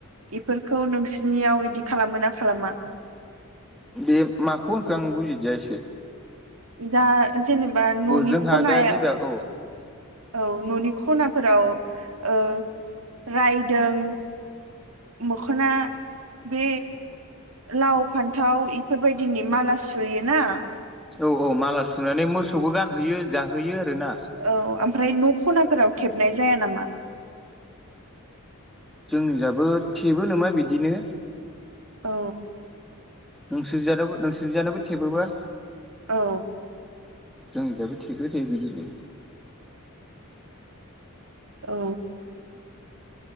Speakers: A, on the right; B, in the centre.
A: इफोरखौ नोंसोरनियाव इदि खालामो ना खालामा?
B: बे माखौ होनखो आं बुजिदिया एसे।
A: दा जेनेबा न'नि
B: औ जोंहा
A: खनायाव,
B: बे जाहैबाय औ
A: औ न'नि खना फोराव ओ रायदों, मोखोना बे लाव फान्थाव बेफोरबायदिनि माला सुयोना
B: औ औ माला सुनानै मोसौखौ गानहैयो, जाहोयो आरोना।
A: औ ओमफ्राय न' खनाफोराव थेबनाय जाया नामा?
B: जोंनिजाबो थेबो नामा बिदिनो!
A: औ।
B: नोंसोरजानाबो नोंसोरजानाबो थेबोबा?
A: औ।
B: जोंनिजाबो थेबो दे बिदिनो।
A: औ।